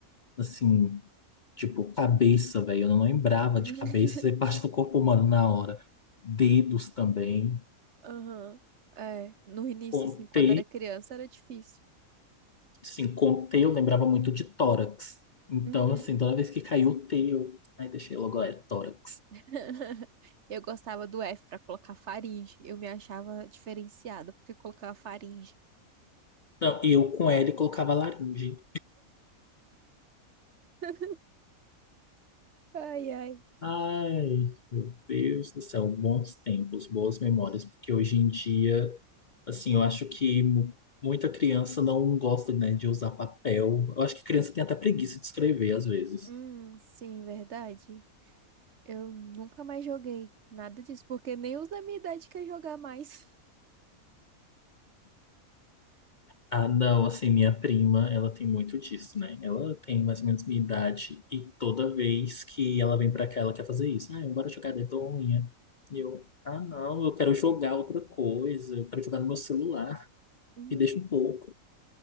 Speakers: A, on the left; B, on the right.
A: assim, tipo, cabeça, velho. Eu não lembrava
B: Uhum.
A: de cabeça ser parte do corpo humano na hora. Dedos também.
B: Aham. É, no início,
A: Com
B: assim, quando
A: T
B: era criança, era difícil.
A: Assim, com T eu lembrava muito de tórax. Então,
B: Uhum.
A: assim, toda vez que caiu o T, eu. Ai, deixei logo, é tórax.
B: <laughs> Eu gostava do F pra colocar faringe. Eu me achava diferenciada porque eu colocava faringe.
A: Não, e eu com L colocava laringe.
B: <laughs> Ai, ai.
A: Ai, meu Deus do céu, bons tempos, boas memórias, porque hoje em dia, assim, eu acho que mu- muita criança não gosta, né, de usar papel. Eu acho que criança tem até preguiça de escrever às vezes.
B: Hum, sim, verdade. Eu nunca mais joguei nada disso, porque nem os da minha idade quer jogar mais.
A: Ah, não, assim, minha prima, ela tem muito disso, né? Ela tem mais ou menos minha idade e toda vez que ela vem pra cá, ela quer fazer isso. Ah, bora jogar dedonha. E eu, ah, não, eu quero jogar outra coisa, eu quero jogar no meu celular,
B: <laughs>
A: me deixa um pouco.